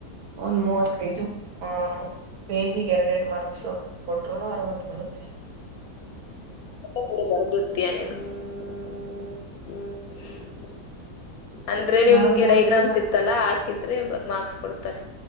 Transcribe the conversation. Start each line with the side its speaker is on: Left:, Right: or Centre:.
Right: ಒಂದ್ ಮೂವತ್ ಪೇಜು ಆ ಪೇಜಿಗೆ ಎರರಡು ಮಾರ್ಕ್ಸ್ ಕೊಟರು ಅರವತ್ ಬರುತ್ತೆ
Left: ಮಳ ಬರ್ದು ಇರ್ತಯ ನೀನು ಹ್ಮ್ ಹ್ಮ್ ಅಂದ್ರೆ ನಿಮ್ಗೆ
Right: ನಾನ್ ಓದೇ
Left: ಡೈಗ್ರಾಮ್ಸ್
Right: ಇಲ್ಲ
Left: ಇತ್ತಲ್ಲಾ ಹಾಕಿದ್ರೆ ಬ ಮಾರ್ಕ್ಸ್ ಕೊಡ್ತಾರೆ